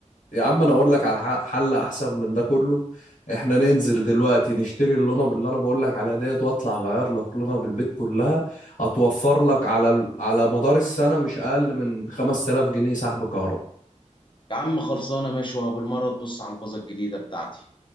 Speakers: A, on the left; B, on the left.
A: يا عم انا اقول لك على الح- حل احسن من ده كله احنا ننزل دلوقتي نشتري اللونة اللي انا بقول لك عليها ديت واطلع اغير لك لونة بالبيت كلها هتوفر لك على ال- على مدار السنة مش اقل من 5000 جنيه سحب كهرباء
B: يا عم خلصانه ماشي وابو المره تبص على الفازه الجديده بتاعتي